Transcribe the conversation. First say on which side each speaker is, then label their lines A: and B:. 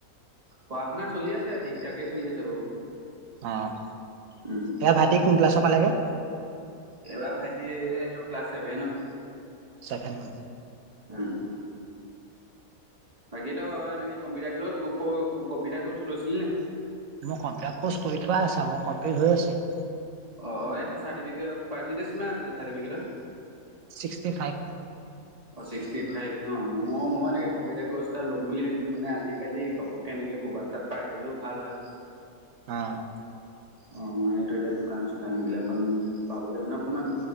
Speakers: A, on the right; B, on the right.
A: পঢ়া শুনা চলি আছে, ঠিকঠাকেই চলি আছে বাৰু।
B: অ',
A: উম উম।
B: এইবাৰ ভাইতি কোন ক্লাছৰ পালেগৈ?
A: এইবাৰ ভাইটি, এইটো ক্লাছ ছেভেনৰ।
B: চেভেনৰ।
A: উম উম। বাকীতো এনেকে কম্পিউটাৰ কৰ্চ, কম্পিউটাৰ কৰ্চ লৈছিলি নে?
B: মোৰ কমিউটাৰ কৰ্চ কৰি থোৱা আছে, মোৰ কমপ্লিট হৈ আছে।
A: অ', অ', এই তোৰ চাৰ্টিফিকেটৰ, পাৰ্চেণ্টেজ কিমান আছিলে চাৰ্টিফিকেটৰ?
B: Sixty five.
A: অ', ছিক্সটি ফাইভ ন, ম-মই এনেকে কম্পিউটাৰ কৰ্চ এটা ল'ম বুলি ভাবিছিলোঁ, মানে আজিকালি ইনেকে ক'ৰবাত তাত পাই গ'লেও ভাল হয়।
B: অ'।
A: অ', মানে এই তোৰ এতিয়া দোকান চোকান এইবিলাকত পাবলে মানে অকণমান